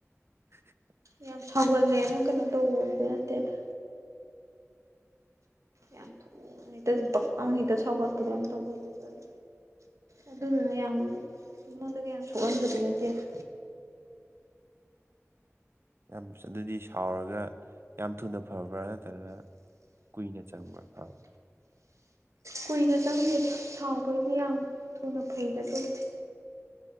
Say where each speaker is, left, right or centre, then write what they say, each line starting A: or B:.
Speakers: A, on the right; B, on the right.
A: <unintelligible>
B: ꯌꯥꯝ ꯁꯥꯎꯒꯜꯂꯦꯅ ꯀꯩꯅꯣ ꯇꯧꯕꯨꯗꯤ ꯅꯠꯇꯦꯗ ꯌꯥꯝ ꯊꯨꯅ ꯍ‌ꯦꯛꯇ ꯗꯛ ꯂꯥꯎꯅ ꯍ‌ꯦꯛꯇ ꯁꯥꯎꯒꯠꯄꯗ‌ꯣ ꯌꯥꯝ ꯇꯧꯒꯜꯂꯦꯕ <inaudible> ꯑꯗꯨꯅꯅ‌ꯦ ꯌꯥꯝ ꯃꯤꯉꯣꯟꯗꯒ ꯌꯥꯝ ꯁꯣꯛꯍꯟꯕꯗꯤ ꯅꯠꯇꯦꯗ
A: ꯌꯥꯝ ꯑꯗꯨꯗꯤ ꯁꯥꯎꯔꯒ ꯌꯥꯝ ꯊꯨꯅ ꯐꯕ꯭ꯔꯥ ꯅꯠꯇ꯭ꯔꯒꯅ ꯀꯨꯏꯅ ꯆꯪꯕꯔ ꯐꯕ
B: ꯀꯨꯏꯅ ꯆꯪꯗꯦꯅ ꯁꯥꯎꯕꯒꯤꯗꯤ ꯌꯥꯝ ꯊꯨꯅ ꯐꯩꯗ ꯑꯗꯨꯕꯨꯗꯤ